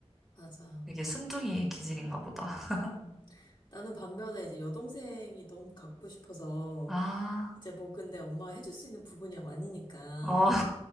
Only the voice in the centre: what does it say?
되게 순둥이
기질인가 보다. <laughs>
아,
어,